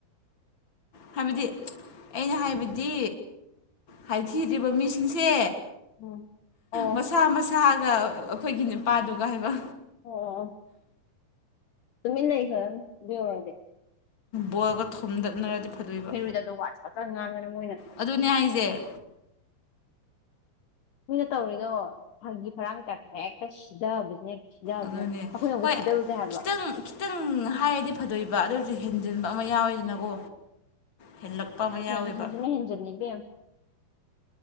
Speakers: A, on the left; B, on the left.
A: ꯍꯥꯏꯕꯗꯤ ꯑꯩꯅ ꯍꯥꯏꯕꯗꯤ ꯍꯥꯏꯊꯤꯗ꯭ꯔꯤꯕ ꯃꯤꯁꯤꯡꯁꯦ꯫
B: ꯎꯝ ꯑꯣ
A: ꯃꯁꯥ ꯃꯁꯥꯒ ꯑꯩꯈꯣꯏꯒꯤ ꯅꯨꯄꯥꯗꯨꯒ ꯍꯥꯏꯕ
B: ꯑꯣ ꯇꯃꯤꯂꯩ ꯈꯔ ꯌꯥꯎꯔꯗꯦ꯫
A: ꯕꯣꯔꯂꯒ ꯊꯣꯝꯗꯠꯅꯔꯗꯤ ꯐꯗꯣꯏꯕ
B: ꯍꯩꯔꯣꯢꯗꯕꯗ ꯋꯥ ꯆꯒꯠ ꯆꯒꯠ ꯉꯥꯡꯗꯅ ꯃꯣꯏꯅ
A: ꯑꯗꯨꯅꯦ ꯍꯥꯏꯁꯦ꯫
B: ꯀꯨꯏꯅ ꯇꯧꯔꯤꯅꯣ ꯐꯪꯒꯤ ꯐꯔꯥꯡ ꯂꯩꯀꯥꯏ ꯍꯦꯛꯇ ꯁꯤꯊꯕꯁꯤꯕꯁꯤꯅ ꯍ ꯌꯥꯗꯔꯦ
A: ꯑꯗꯨꯅꯦ
B: ꯑꯩꯈꯣꯏꯅ ꯐꯥꯑꯣ
A: ꯍꯣꯏ
B: ꯁꯤꯗꯔꯨꯗꯦ ꯍꯥꯏꯕ
A: ꯈꯤꯇꯪ ꯈꯤꯇꯪ ꯍꯥꯏꯔꯗꯤ ꯐꯗꯣꯏꯕ ꯑꯗꯨ ꯑꯣꯏꯔꯁꯨ ꯍꯦꯟꯖꯤꯟꯕ ꯑꯃ ꯌꯥꯎꯋꯦꯗꯅꯀꯣ ꯍꯦꯜꯂꯛꯄ ꯑꯃ ꯌꯥꯎꯋꯦꯕ
B: ꯍꯦꯟꯁꯤꯡꯁꯤꯅ ꯍꯦꯟꯖꯤꯜꯂꯤ ꯏꯕꯦꯝ